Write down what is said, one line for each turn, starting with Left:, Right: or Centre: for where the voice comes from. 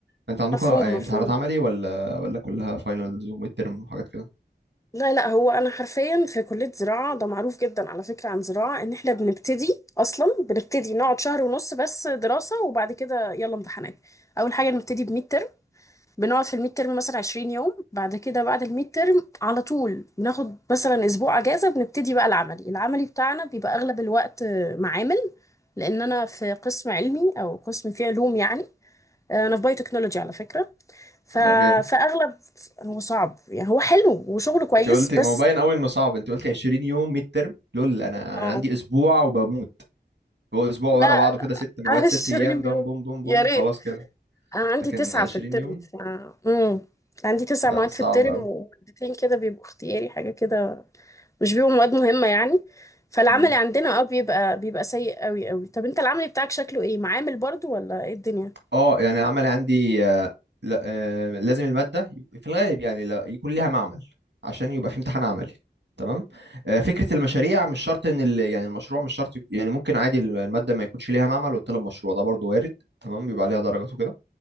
Right: انت عندكم
Left: مفهوم
Right: آه،
Left: مفهوم
Right: امتحانات عملي ولا ولا كلها فاينلز وميد ترم وحاجات كده
Left: لا لا هو انا حرفيا في كليه زراعه ده معروف جدا على فكره عن زراعه ان احنا بنبتدي اصلا بنبتدي نقعد شهر ونص بس دراسه وبعد كده يلا امتحانات اول حاجه نبتدي بميد ترم بنقعد في الميد ترم مثلا 20 يوم بعد كده بعد الميد ترم على طول بناخد مثلا اسبوع اجازه بنبتدي بقى العملي العملي بتاعنا بيبقى اغلب الوقت آه، معامل لان انا في قسم علمي او قسم فيه علوم يعني آه، انا في بايو تكنولوجي على فكره ف...
Right: لا جامد
Left: فاغلب هو صعب يعني هو حلو وشغله كويس
Right: انت قلتي ما
Left: بس
Right: هو باين قوي انه صعب انت قلتي 20 يوم ميد ترم لول انا
Left: آه.
Right: انا عندي اسبوع وبموت هو اسبوع
Left: لا
Right: ورا بعضه كده ست مواد
Left: 20
Right: ست ايام دم
Left: يوم
Right: بوم بوم
Left: يا
Right: بوم
Left: ريت
Right: خلاص كده
Left: انا عندي
Right: لكن
Left: تسعة
Right: 20
Left: في الترم
Right: يوم
Left: ف... مم. عندي تسع
Right: لا
Left: مواد
Right: صعب
Left: في الترم
Right: قوي
Left: ومادتين كده بيبقوا اختياري حاجة كده مش بيبقوا مواد مهمة يعني فالعملي
Right: امم
Left: عندنا اه بيبقى بيبقى سيء قوي قوي طب انت العملي بتاعك شكله ايه معامل برضو ولا ايه الدنيا
Right: اه يعني العمل عندي آه، لا آه، لازم المادة في الغالب يعني لا يكون ليها معمل عشان يبقى في امتحان عملي تمام آه، فكرة المشاريع مش شرط ان ال... يعني المشروع مش شرط يك- يعني ممكن عادي المادة ما يكونش ليها معمل وتطلب مشروع ده برضو وارد تمام بيبقى عليها درجات وكده